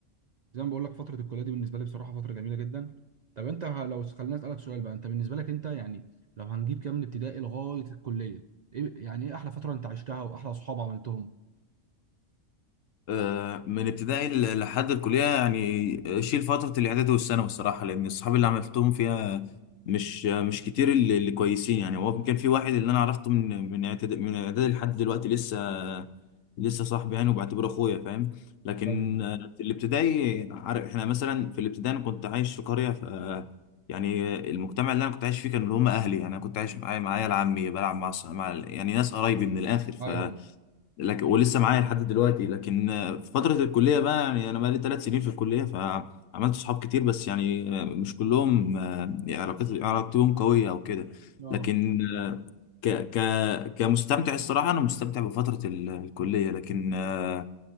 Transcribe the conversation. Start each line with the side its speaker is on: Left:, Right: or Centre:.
Right: زي ما بقول لك فتره الكليه دي بالنسبه لي بصراحه فتره جميله جدا طب انت ه- لو خلينا اسالك سؤال بقى انت بالنسبه لك انت يعني لو هنجيب كام من ابتدائي لغايه الكليه ايه يعني ايه احلى فتره انت عشتها واحلى اصحاب عملتهم
Left: آه، من ابتدائي ل- لحد الكلية يعني شيل فترة الإعدادي والثانوي الصراحة لأن الصحاب اللي عملتهم فيها مش مش كتير اللي اللي كويسين يعني هو كان في واحد اللي أنا عرفته من من إعدادي من إعدادي لحد دلوقتي لسه لسه صاحبي يعني وبعتبره أخويا فاهم لكن
Right: ايوه
Left: آه، في الابتدائي عارف إحنا مثلا في الابتدائي أنا كنت عايش في قرية ف يعني المجتمع اللي أنا كنت عايش فيه كانوا اللي هم أهلي يعني أنا كنت عايش معايا معايا العمي بلعب مع الص- مع ال- يعني ناس قرايبي من الآخر ف
Right: ايوه
Left: لكن ولسه معايا لحد دلوقتي لكن آه، في فترة الكلية بقى يعني أنا بقالي ثلاث سنين في الكلية فعملت صحاب كتير بس يعني آه، مش كلهم آه، يعني علاقت- علاقتهم قوية أو كده
Right: اه
Left: لكن آه، ك ك كمستمتع الصراحة أنا مستمتع بفترة ال- الكلية لكن آه،